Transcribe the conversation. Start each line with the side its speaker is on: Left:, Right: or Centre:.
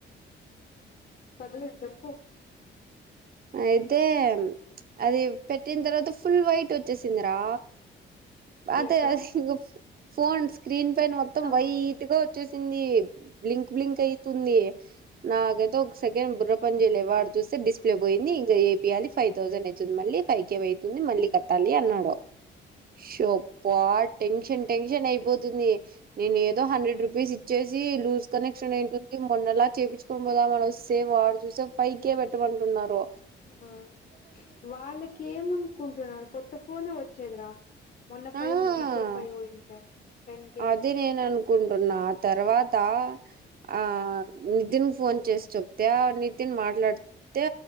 Left: ఆహ్ పర్లేదు చెప్పు
Right: అయితే అది పెట్టిన తర్వాత ఫుల్ వైట్ వచ్చేసిందిరా అదే
Left: ఎక్కడ
Right: ఆది ఫోన్ స్క్రీన్ పైన మొత్తం
Left: ఆహా
Right: వైట్గా వచ్చేసింది బ్లింక్ బ్లింక్ అయితుంది నాకైతే ఒక సెకం బుర్ర పని చేయలే వాడు చూస్తే లో పోయింది ఇంకా ఏపీయాలి ఫైవ్ థౌజండ్ అవుతుంది మళ్ళీ ఫైవ్ కే అవుతుంది మళ్ళీ కట్టాలి అన్నాడు షో అభా టెన్షన్ టెన్షన్ అయిపోతుంది నేను ఏదో హండ్రెడ్ రూపీస్ ఇచ్చేసి లూజ్ కనెక్షన్ అయుంటుంది మొన్నలా చేపు పోదామని వస్తే వాడు చూస్తే ఫై కే పెట్టమంటునారు
Left: ఆహ్ వాళ్ళకి ఏమనుకుంటున్నారు కొత్త ఫోనే వచ్చేదిరా మొన్న ఫైవ్
Right: ఆ
Left: ఇప్పుడు ఫైవ్ ఉంటే టెన్ కేది
Right: అది నేను అనుకుంటున్నా ఆహ్ తర్వాత ఆహ్ నితిన్ ఫోన్ చేస్త నితిన్ మాట్లాడితే